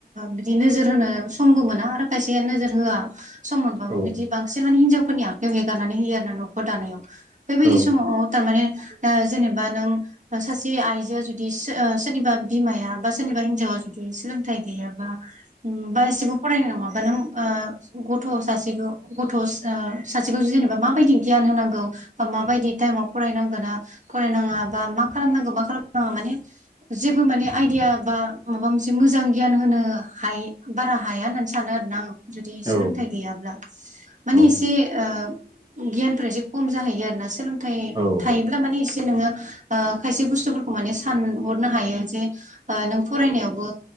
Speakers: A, on the right (about 45°); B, on the right (about 25°).
A: बिदि नोजोर होनो समबो मोना आरो खायसे नोजोर होआ सम मोनबाबो
B: औ
A: बिदि बांसिन माने हिनजावफोरनि आखायाव हेगारनानै होयो आरो ना न'खर दानायाव बैबादि
B: औ
A: समाव थारमाने ओ जेनेबा नों सासे आइजोआ जुदि ओ सोरनिबा बिमाया बा सोरनिबा हिनजावा जुदि सोलोंथाइ गैयाबा उम बा एसेबो फरायनाय नङाबा नों ओ गथ' सासे गथ' ओ सासेखौ जेनेबा माबायदि गियान होनांगौ बा माबायदि टाइमाव फरायनांगो ना फरायनाङा बा मा खालामनांगौ मा खालामा माने जेबो माने आइदिया बा माबा मोनसे मोजां गियान होनो हाय- बारा हाया होननानै सानो आरोना आं जुदि सोलोंथाइ
B: औ
A: गैयाब्ला माने
B: औ
A: एसे ओ गियानफोरा एसे खम जाहैयो आरो सोलोंथाइ
B: औ
A: थायोब्ला माने एसे नोङो ओ खायसे बुस्थुफोरखौ माने सानहरनो हायो जे ओ नों फरायनायावबो